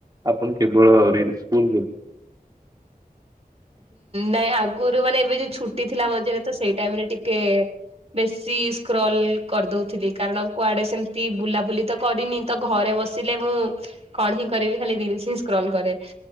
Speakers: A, on the right; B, on the right.
A: ଆପଣ କେବଳ ରିଲ୍ସ କୁ
B: ନାଇଁ ଆଗରୁ ମାନେ ଏବେ ଯୋଉ ଛୁଟି ଥିଲା। ମଝିରେ ତ ସେଇ ଟାଇମ ରେ ଟିକେ ବେଶୀ ସ୍କ୍ରଲ କରିଦଉଥିଲି। କାରଣ କୁଆଡେ ସେମତି ବୁଲାବୁଲି ତ କରିନି। ତ ଘରେ ବସିଲେ ମୁଁ କଣ ହିଁ କରିବି ଖାଲି ଦିଲ୍ ସ୍କ୍ରନ୍ କରେ।